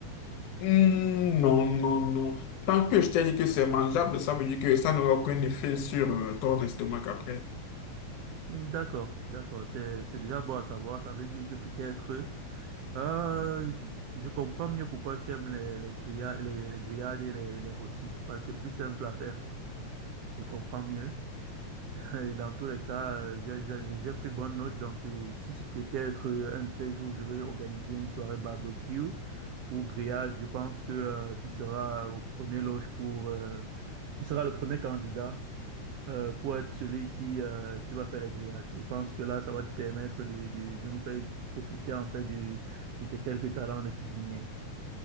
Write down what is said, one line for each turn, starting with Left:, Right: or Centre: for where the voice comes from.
Left: Hmm, Non, non, non. Tant que je t'ai dit que c'est mangeable, ça veut dire que ça n'aura aucun effet sur euh, ton estomac après.
Right: Hmm, D'accord, d'accord. C'est, c'est déjà bon à savoir. Ça veut dire que peut-être, euh, je, je comprends mieux pourquoi tu aimes les, les grillades, les, les grillades et les, les rôtis. Parce que c'est plus simple à faire. Je comprends mieux. <laughs> Et dans tous les cas, euh, j'ai j'ai- j'ai pris bonne note. Donc, euh, si c'est peut-être euh, un de ces jours, je vais organiser une soirée barbecue ou grillade, je pense que euh, tu seras au premier loge pour, euh, tu seras le premier candidat euh, pour être celui qui, euh, qui va faire la grillade. Je pense que là, ça va te permettre de, de, de nous faire profiter en fait de, de tes quelques talents de cuisinier.